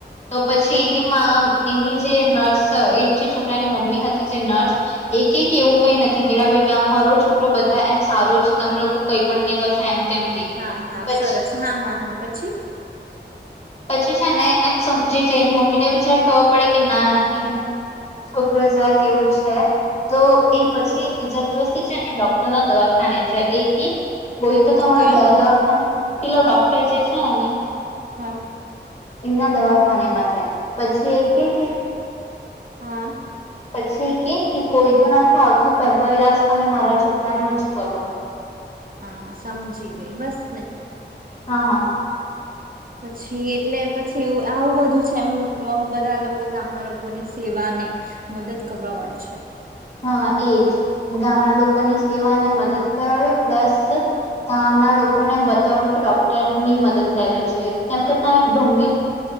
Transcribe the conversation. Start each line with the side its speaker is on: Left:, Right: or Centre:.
Left: તો પછી એની મા એની જે નર્સ એ જે છોકરાની મમ્મી હતી જે નર્સ એ કેહ કે એવું કઈ નથી મેરા બેટા અમારો છોકરો બધા એમ સારો છે તમે લોકો કઈ પણ કેતા છો. એમ તેમ કે
Right: હા હા
Left: પછી
Right: સરસ હા હા હા પછી.
Left: પછી છે ને એમ સમજી જયની મમ્મી ને બી જયારે ખબર પડે કે ના એનું છોકરો જરા એવો છે તો એ પછી બીજા દિવસે છે ને ડોક્ટરના દવાખાને જાય એ કે કોઈ તો તમારા
Right: કયા
Left: દ દવાખાને પેલો ડોક્ટર જે છેે ને
Right: હા.
Left: એમના દવાખાનેમાં જાય પછી એ કેય કે
Right: હા
Left: એ પછી કેય કે કોઈ તો નથી આવતું પેલા જ તમે મારા છોકરાનુ જ કરુ.
Right: હા સમજી ગઈ બસને.
Left: હા હા.
Right: પછી એટલે પછી એવુ આવું બધું છે એમ મ બધા લોકો ગામના લોકોની સેવા ને મદદ કરવા વાળું છે.
Left: હા એજ ગામના લોકોની સેવાને મદદ કરવાવાડો પ્લસ ત્યાના લોકોને એમ બતાવાડુ કે ડોક્ટરની મદદ લેવી જોઈએ કેમ કે ત્યા એક ઢોંગી